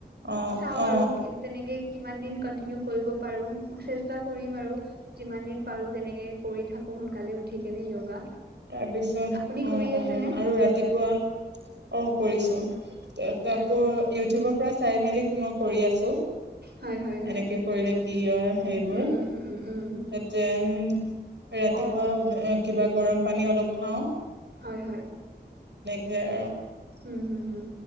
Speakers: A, on the right; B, on the right.
A: অ
B: চাও
A: অ
B: আৰু তেনেকে কিমানদিন কন্টিনিউ কৰিব পাৰো চেষ্টা কৰিম আৰু যিমানদিন পাৰো তেনেকে কৰি থাকো। সোনকালে উঠি কেনে য়োগা।
A: তাৰপিছত
B: আপুনি
A: অ-অ
B: কৰি আছেনে
A: আৰু ৰাতিপুৱা অ কৰিছোঁ। তা তাকো
B: হয় হয়
A: ইউটিউবৰ পৰা চাই মেলি মই কৰি আছোঁ।
B: হয় হয় হয়
A: এনেকে কৰিলে কি হয় সেইবোৰ
B: উম উম উম উম উম উম
A: এ উম ৰাতিপুৱা
B: অ
A: কিবা গৰম পানী অলপ খাওঁ।
B: হয়-হয়।
A: সেইয়াই আৰু
B: হুম-হুম-হুম